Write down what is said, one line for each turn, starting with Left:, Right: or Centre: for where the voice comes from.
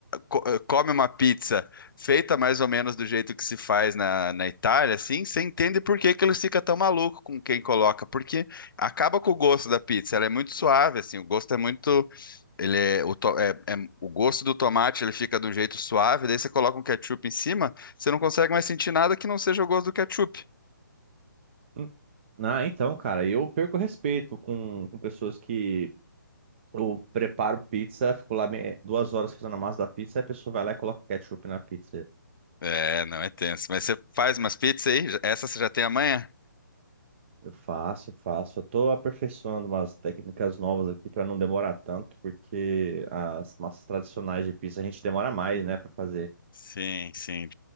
Left: co- come uma pizza feita mais ou menos do jeito que se faz na, na Itália, assim, você entende por que que eles ficam tão malucos com quem coloca, porque acaba com o gosto da pizza, ela é muito suave, assim, o gosto é muito ele é, o, to- é- é- o gosto do tomate ele fica de um jeito suave, daí você coloca um ketchup em cima, você não consegue mais sentir nada que não seja o gosto do ketchup.
Right: Hum, Ah, então, cara, eu perco respeito com, com pessoas que eu preparo pizza, fico lá me- duas horas fazendo a massa da pizza, aí a pessoa vai lá e coloca ketchup na pizza.
Left: É, não é tenso. Mas você faz umas pizzas aí? Essa você já tem amanhã?
Right: Eu faço, eu faço. Eu tô aperfeiçoando umas técnicas novas aqui pra não demorar tanto, porque as massas tradicionais de pizza a gente demora mais, né, pra fazer.
Left: Sim, sim.